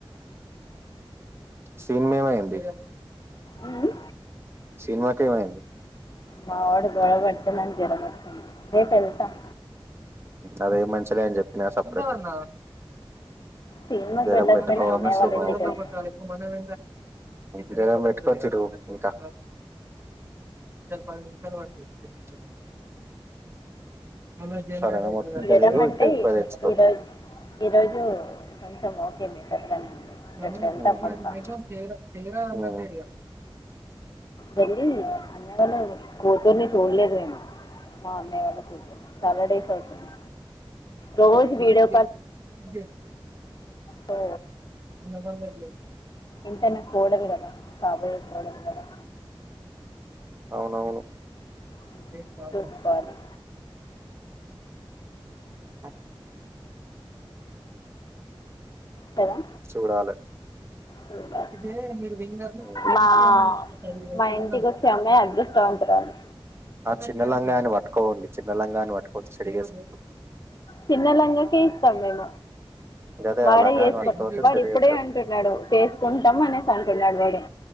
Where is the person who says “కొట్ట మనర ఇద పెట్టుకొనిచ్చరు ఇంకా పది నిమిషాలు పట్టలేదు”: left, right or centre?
Right